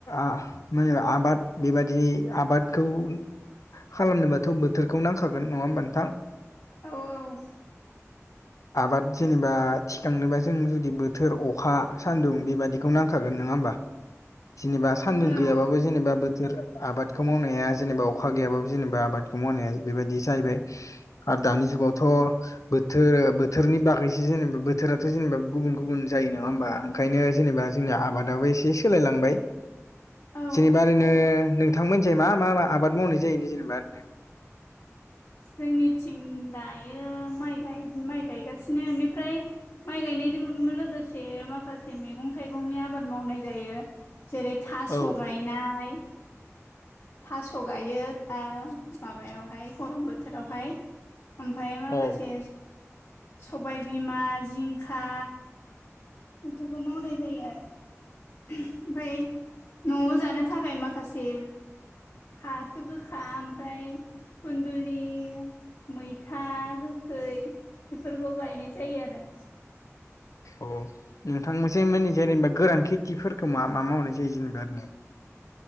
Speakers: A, on the left (about 85°); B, on the left (about 60°).
A: आ मो आबाद बेबादि आबादखौ खालामनोबाथ' बोथोरखौ नांखागोन नङा होमबा नोंथां।
B: औ-औ।
A: आबाद जेनेबा थिखांनोबा जों जुदि बोथोर अखा सान्दुं बेबादिखौ नांखागोन नङा होमबा। जेनेबा सान्दुं
B: औ
A: गैयाबाबो जेनेबा बो <unintelligible> आबादखौ मावनाया जेनेबा अखा गैयाबाबो जेनेबा आबादखौ मावनाया बेबायदि जाहैबाय। आरो दानि जुगावथ' बोथोर-बोथोरनि बागैसो जेनेबा बोथोराथ' जेनेबा गुबुन-गुबुन जायो नङा होमबा। ओंखायनो जेनेबा जोंनि आबादाबो एसे सोलायलांबाय।
B: औ
A: जेनेबा ओरैनो नोंथांमोनजों मा-मा आबाद मावनाय जायो जेनेबा?
B: जोंनिथिं दायो माइ गाय माइ गायगासिनो इनिफ्राय माइ गायनायजों लोगोसे माखासे मैगं-थाइगंनि आबाद मावनाय जायो। जेरै थास'
A: औ
B: गायनाय। थास' गायो दा माबायावहाय गरम बोथोरावहाय ओमफ्राय माखासे
A: औ
B: सबायबिमा जिंखा बेफोरखौ मावनाय जायो आरो। ओमफाय न'आव जानो थाखाय माखासे फाथो गोखा ओमफ्राय खन्दुलि मैथा गोखै बेफोरखौ गायनाय जायो आरो।
A: औ नोंथां मोनसे मे जेनेबा गोरान खेथिफोरखौ मा मा मावनाय जायो जेनेबा आरो ने